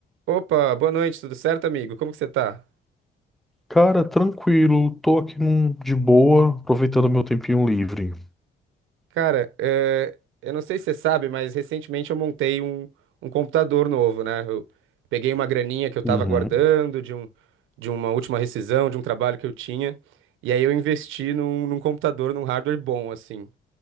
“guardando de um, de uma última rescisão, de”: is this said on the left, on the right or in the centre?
Right